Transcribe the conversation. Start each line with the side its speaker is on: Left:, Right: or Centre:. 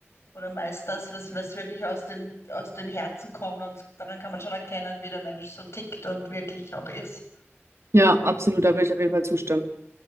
Left: oder meist das, was, was wirklich aus dem, aus dem Herzen kommt und daran kann man schon erkennen, wie der Mensch so tickt und wirklich auch ist.
Right: Ja, absolut, da würde ich auf jeden Fall zustimmen.